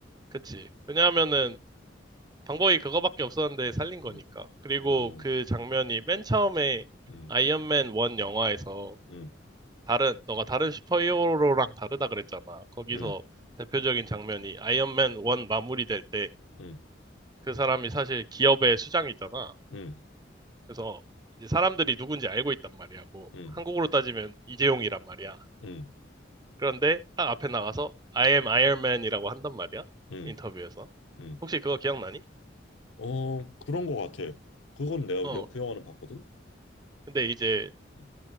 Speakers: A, on the right; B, on the left.
A: 그치. 왜냐하면은
B: 어,
A: 방법이 그거밖에 없었는데 살린 거니까.
B: 응,
A: 그리고
B: 어,
A: 그 장면이 맨 처음에
B: 응,
A: 아이언맨 1 영화에서
B: 응,
A: 다른, 너가 다른 슈퍼히어로랑 다르다 그랬잖아. 거기서
B: 응,
A: 대표적인 장면이 아이언맨 1 마무리될 때
B: 응,
A: 그 사람이 사실 기업의 수장이잖아.
B: 응,
A: 그래서 이제 사람들이 누군지 알고 있단 말이야. 뭐
B: 응,
A: 한국으로 따지면 이재용이란 말이야.
B: 응,
A: 그런데 딱 앞에 나가서 I am Iron Man이라고 한단 말이야.
B: 응,
A: 인터뷰에서.
B: 응,
A: 혹시 그거 기억나니?
B: 어, 그런 거 같아. 그건 내가
A: 어.
B: 여- 그 영화는 봤거든?
A: 근데 이제
B: 응,